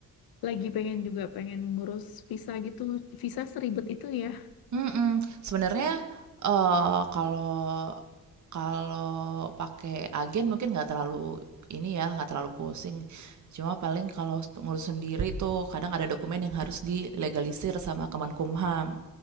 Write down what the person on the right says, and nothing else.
Mhm. Sebenarnya, eee, kalau kalau pakai agen mungkin nggak terlalu ini ya, nggak terlalu pusing. Cuma paling kalau s ngurus sendiri tuh kadang ada dokumen yang harus dilegalisir sama Kemenkumham.